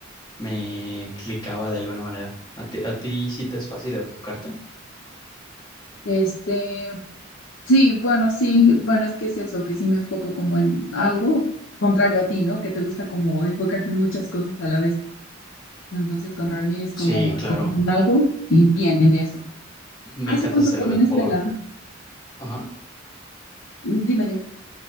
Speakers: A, on the left; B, on the left.
A: me clicaba de alguna manera. ¿A ti, a ti sí te es fácil enfocarte?
B: Este, Sí, bueno, sí, bueno, es que es eso, que sí me enfoco como en algo contrario a ti, ¿no? Que te gusta como enfocarte en muchas cosas a la vez. Entonces, contrario a mí es
A: Sí,
B: como enfocarme
A: claro,
B: en algo y bien en eso.
A: me
B: ¿Hace
A: encanta
B: cuánto
A: hacer
B: terminaste
A: deporte,
B: la...?
A: ajá.
B: Mm, Dime, dime.